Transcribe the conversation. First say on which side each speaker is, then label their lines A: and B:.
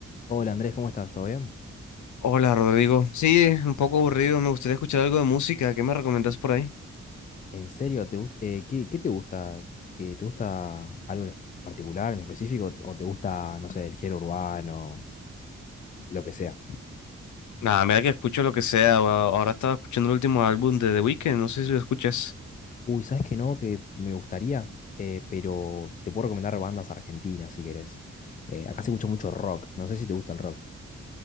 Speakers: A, on the left; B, on the left.
A: Hola Andrés, ¿cómo estás? ¿Todo bien?
B: Hola Rodrigo, sí, un poco aburrido, me gustaría escuchar algo de música, ¿qué me recomendás por ahí?
A: ¿En serio? ¿Te gust- eh, qué, qué te gusta? ¿Te, te gusta algo en particular, en específico? ¿O te gusta, no sé, el género urbano, lo que sea?
B: Nada, mira que escucho lo que sea, a- ahora estaba escuchando el último álbum de The Weeknd, no sé si lo escuchas.
A: Uy, ¿sabes qué no? Que me gustaría, Eh, pero te puedo recomendar bandas argentinas si querés. Eh, acá se escucha mucho rock, no sé si te gusta el rock.